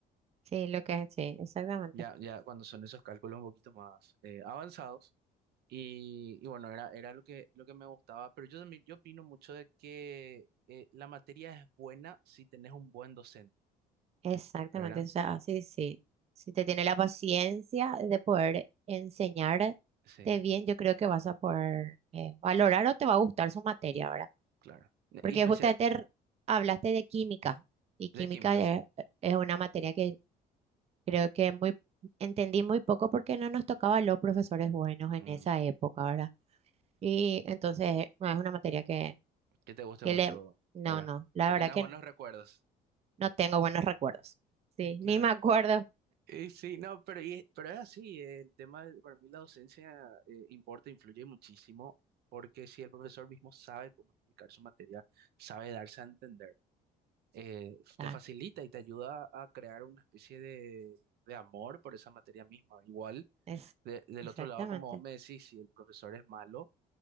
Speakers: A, on the right (about 40°); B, on the right (about 70°).
A: sí, lo que es, sí, exactamente.
B: Ya, ya cuando son esos cálculos un poquito más eh, avanzados. Y, y bueno, era, era lo que, lo que me gustaba, pero yo también yo opino mucho de que eh, la materia es buena si tenés un buen docente,
A: Exactamente,
B: ¿verdad?
A: o sea, sí, sí. Si te tiene la paciencia de poder enseñarte
B: Sí,
A: bien, yo creo que vas a poder eh, valorar o te va a gustar su materia ahora.
B: claro. Y
A: Porque
B: especial
A: justamente r- hablaste de química y química
B: de química,
A: e-
B: sí.
A: es, una materia que creo que muy entendí muy poco porque no nos tocaba los profesores buenos en
B: Mm.
A: esa época, ¿verdad? Y entonces no es una materia que,
B: que te guste
A: que
B: mucho,
A: le... No,
B: ¿verdad?
A: no, la
B: Que
A: verdad
B: tengas
A: que
B: buenos
A: no.
B: recuerdos.
A: No tengo buenos recuerdos. Sí,
B: Claro.
A: ni me acuerdo.
B: Y sí, no, pero, y- pero es así, el tema, de- para mí la docencia eh, importa, influye muchísimo, porque si el profesor mismo sabe cómo explicar su materia, sabe darse a entender, eh,
A: <laughs> Claro.
B: te facilita y te ayuda a crear una especie de, de amor por esa materia misma. Igual,
A: Es,
B: de- del
A: exactamente.
B: otro lado, como vos me decís, si el profesor es malo